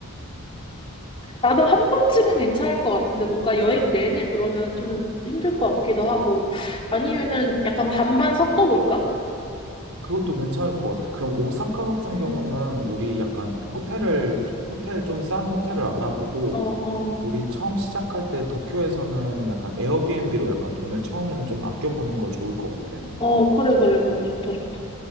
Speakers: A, on the left (about 25°); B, on the right (about 75°).
A: 나도 한 번쯤은 괜찮을 것 같은데 뭔가 여행 내내 그러면 좀 힘들 것 같기도 하고 아니면은 약간 반반 섞어볼까?
B: 그것도 괜찮을 것 같아. 그럼 오사카 같은
A: 음,
B: 경우는 우리 약간 호텔을 호텔 좀 싼 호텔을 알아보고
A: 어, 어,
B: 우리 처음 시작할 때 도쿄에서는 약간 에어비앤비로 약간 돈을 처음에는 좀 아껴보는 거 좋을 것 같아.
A: 어, 그래, 그래, 그래. 좋다, 좋다.